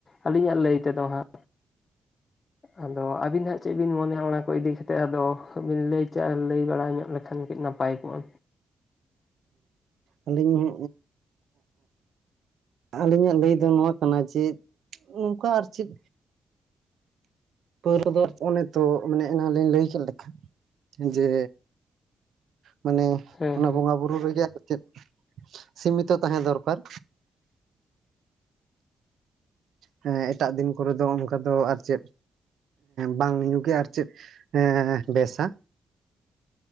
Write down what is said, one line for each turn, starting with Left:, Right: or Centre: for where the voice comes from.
Left: ᱟᱹᱞᱤᱧᱟᱜ ᱞᱟᱹᱭ ᱛᱮ ᱫᱚ ᱦᱟᱸᱜ᱾ ᱟᱫᱚ ᱟᱹᱵᱤᱱ ᱦᱟᱸᱜ ᱪᱮᱫ ᱵᱤᱱ ᱢᱚᱱᱮᱭᱟ ᱚᱱᱟ ᱠᱚ ᱤᱫᱤ ᱠᱟᱛᱮᱫ ᱟᱫᱚ ᱵᱤᱱ ᱞᱟᱹᱭ ᱪᱟ ᱞᱟᱹᱭ ᱵᱟᱲᱟ ᱧᱚᱜ ᱞᱮᱠᱷᱟᱱ ᱠᱟᱹᱡ ᱱᱟᱯ ᱯᱟᱭ ᱠᱚᱜ-ᱟ᱾
Right: ᱟᱹᱞᱤᱧ <unintelligible> ᱟᱹᱞᱤᱧᱟᱜ ᱞᱟᱹᱭ ᱫᱚ ᱱᱚᱣᱟ ᱠᱟᱱᱟ ᱡᱮ, ᱱᱚᱝᱠᱟ ᱟᱨ ᱪᱮᱫ <unintelligible> ᱚᱱᱮ ᱛᱚ ᱢᱟᱱᱮ ᱮᱱᱟᱱ ᱞᱤᱧ ᱞᱟᱹᱭ ᱠᱮᱫ ᱞᱮᱠᱟ ᱡᱮ, ᱢᱟᱱᱮ
Left: ᱦᱮᱸ
Right: ᱚᱱᱟ
Left: ᱦᱮᱸ
Right: ᱵᱚᱸᱜᱟ ᱵᱩᱨᱩ ᱨᱮ ᱜᱮ ᱟᱨ ᱪᱮᱫ ᱥᱤᱢᱤᱛᱚ ᱛᱟᱦᱮᱸ ᱫᱚᱨᱠᱟᱨ᱾ ᱦᱮᱸ, ᱮᱴᱟᱜ ᱫᱤᱱ ᱠᱚᱨᱮ ᱫᱚ ᱚᱱᱠᱟ ᱫᱚ ᱟᱨ ᱪᱮᱫ ᱵᱟᱝ ᱧᱩᱸ ᱜᱮ ᱟᱨ ᱪᱮᱫ ᱮᱸ ᱵᱮᱥ-ᱟ᱾